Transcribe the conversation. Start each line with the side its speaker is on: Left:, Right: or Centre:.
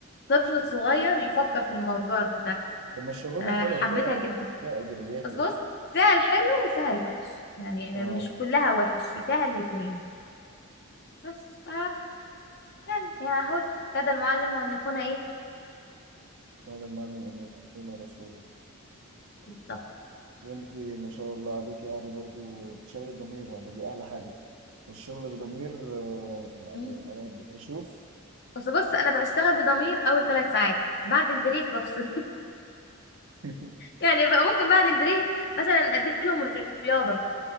Left: طفل صغير يفكر في الموضوع ده
Right: طب ما الشغلانه
Left: آه،
Right: حلوه
Left: حبيتها
Right: فيها
Left: جدا
Right: فيها ايجابيات
Left: بس
Right: ايه
Left: بص فيها الحلو وفيها الوحش يعني
Right: اه
Left: م- مش كلها وحش فيها الاتنين بس ف يعني يا هود كاد المعلم وأن يكون إيه
Right: وهذا المعلم أمين دون رسولا
Left: بالظبط
Right: وأنت ما شاء الله عليك يعني برضو بتشغل الضمير يعني دي أحلى حاجة والشغل بضمير آه، يعني
Left: مم.
Right: أنا بشوف
Left: بس بص أنا بشتغل بضمير أول ثلاث ساعات بعد البريك بفصل <laughs>
Right: <laughs>
Left: يعني بقى ممكن بعد البريك مثلا أدي لهم رياضة